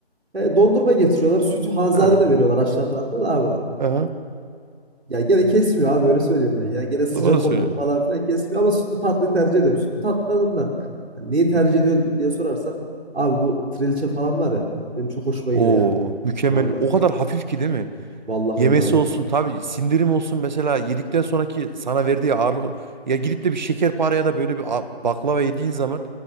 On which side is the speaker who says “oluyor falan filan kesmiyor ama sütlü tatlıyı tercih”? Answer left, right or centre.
Right